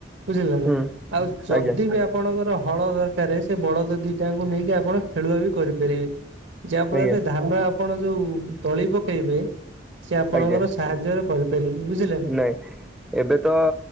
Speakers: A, on the right; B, in the centre.
A: ବୁଝିଲେ ନାଁ
B: ହୁଁ
A: ଆଉ ଯଦି
B: ଆଜ୍ଞା
A: ବି ଆପଣଙ୍କର ହଳ ଦରକାର ସେ ବଳ ଯଦି ତାଙ୍କୁ ନେଇକି ଆପଣ ଖେଳୁଆ ବି କରିପାରିବେ ଯାହା ଫଳରେ
B: ଆଜ୍ଞା
A: ଧାନ ଆ ଆପଣ ଯୋଉ ତଳି ପକେଇବେ ସେ ଆପଣଙ୍କର
B: ଆଜ୍ଞା।
A: ସାହାଯ୍ୟରେ କରିପାରିବେ ବୁଝିଲେ
B: ନାଇଁ
A: ନାଁ ହ
B: ଏବେ ତ